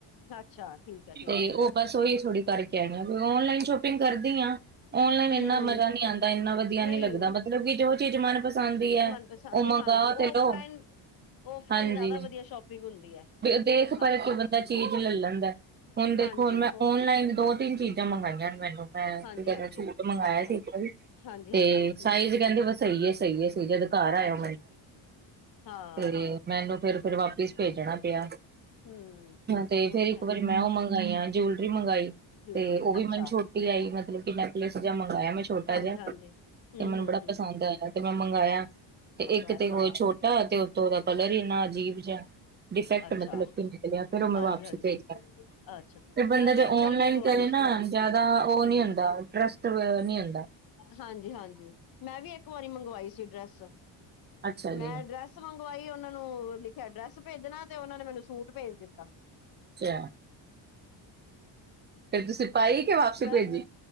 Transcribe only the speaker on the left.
ਅੱਛਾ ਠੀਕ ਹੈ ਠੀਕ
ਹੈ
ਹਮ
ਨਹੀਂ
ਮਨਪਸੰਦ
ਦੀ ਹਾਂਜੀ
ਔਫਲਾਈਨ
ਔਫਲਾਈਨ
ਜ਼ਿਆਦਾ ਵਧੀਆ ਸ਼ੋਪਿੰਗ ਹੁੰਦੀ ਹੈ
ਹਾਂਜੀ
ਹਾਂਜੀ
ਹਾਂਜੀ
ਹੋਰ
ਹਾਂਜੀ
ਹਾਂਜੀ
ਅੱਛਾ
ਹਾਂਜੀ
ਹਾਂਜੀ
ਹਮ
ਅੱਛਾ ਹਾਂ
ਹਮ
ਉਹ
ਤਾਂ
ਹੈ
ਜੂਲਰੀ
ਅੱਛਾ
ਹਾਂਜੀ
ਹਾਂਜੀ ਹਮ
ਹਮ
ਹਮ
ਮੰਗਵਾਇਆ
ਹਾਂ
ਅੱਛਾ
ਹਾਂਜੀ
ਹਾਂਜੀ
ਅੱਛਾ
ਮੈਂ ਵੀ
ਇੱਕ
ਵਾਰੀ ਮੰਗਵਾਈ
ਸੀ
ਹਮ
ਹਾਂਜੀ -ਹਾਂਜੀ ਮੈਂ ਵੀ ਇੱਕ ਵਾਰੀ ਮੰਗਵਾਈ ਸੀ ਡਰੈੱਸ।
ਮੈਂ ਡਰੈਸ ਮੰਗਵਾਈ ਉਹਨਾਂ ਨੂੰ ਲਿਖਿਆ ਡਰੈਸ ਭੇਜਣਾ ਤੇ ਉਹਨਾਂ ਨੇ ਮੈਨੂੰ ਸੂਟ ਭੇਜ ਦਿੱਤਾ।
ਮੈਂ